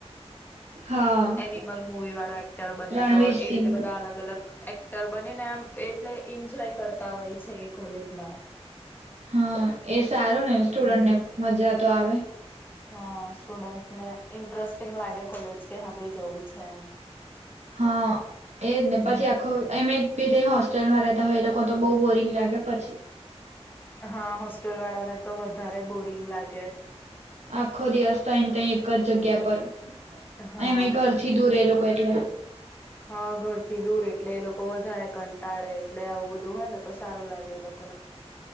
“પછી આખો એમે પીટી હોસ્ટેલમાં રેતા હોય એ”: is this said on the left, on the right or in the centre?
Right